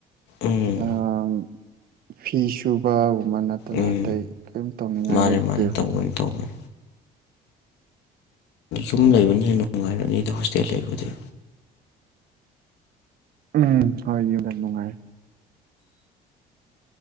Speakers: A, on the left; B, on the right.
A: ꯎꯝ
B: ꯑꯥ ꯐꯤ ꯁꯨꯕꯒꯨꯝꯕ ꯅꯠ ꯇꯅ
A: ꯎꯝ
B: ꯑꯇꯩ ꯀꯔꯤꯝ ꯇꯧꯅꯤꯡꯉꯥꯏ
A: ꯃꯥꯅꯦ
B: ꯂꯩꯇꯦꯕ
A: ꯃꯥꯅꯦ ꯇꯧꯕꯅꯤ ꯇꯧꯕꯅꯤ ꯌꯨꯝ ꯂꯩꯕꯅ ꯍꯦꯟꯅ ꯅꯨꯡꯉꯥꯏꯔꯝꯅꯤꯗ ꯍꯣꯁꯇꯦꯜ ꯂꯩꯕꯨꯗꯤ
B: ꯎꯝ ꯍꯣꯏ ꯌꯨꯝꯅ ꯅꯨꯡꯉꯥꯏ